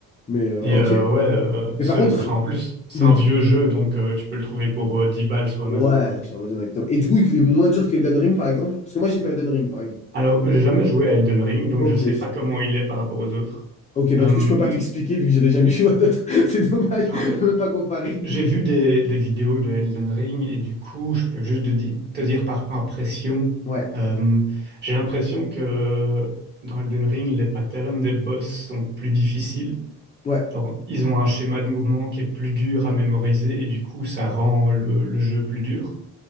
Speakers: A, on the left (about 20°); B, on the right (about 30°).
A: Mais euh,
B: Et
A: ok.
B: euh, ouais, euh,
A: Mais
B: ce
A: par contre,
B: jeu- enfin, en plus, c'est
A: il est,
B: un vieux jeu, donc euh, tu peux le trouver pour euh, 10 balles sur
A: Ouais,
B: Amazon, quoi.
A: sur Amazon exactement. Et du coup, il est moins dur que Elden Ring, par exemple? Parce que moi, j'ai fait Elden Ring, par exemple.
B: Alors, j'ai jamais joué à Elden Ring, donc
A: Ok.
B: je sais pas comment il est par rapport aux autres.
A: Ok, bah
B: Euh,
A: du
B: mm,
A: coup, je peux pas t'expliquer vu que j'avais jamais joué à d'autres. <laughs> C'est dommage,
B: enfin,
A: je
B: euh,
A: peux même pas comparer.
B: j'ai vu des, des vidéos de Elden Ring, et du coup, je peux juste te, di- te dire par impression,
A: Ouais,
B: euh, j'ai l'impression que euh, dans Elden Ring, les patterns des boss sont plus difficiles.
A: ouais,
B: Genre, ils ont un schéma de mouvement qui est plus dur à mémoriser et du coup, ça rend le, le jeu plus dur.